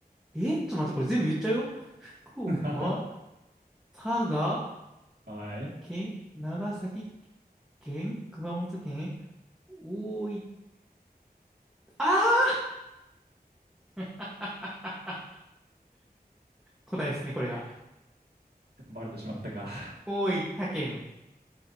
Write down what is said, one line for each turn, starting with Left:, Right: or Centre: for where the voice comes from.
Centre: えちょっと待って、これ全部言っちゃうよ。福岡、
Right: <laughs>
Centre: 佐賀
Right: はい。
Centre: 県、長崎県、熊本県、大分、ああー <laughs> 答えですね、これが。
Right: バレてしまったか。
Centre: 大分県。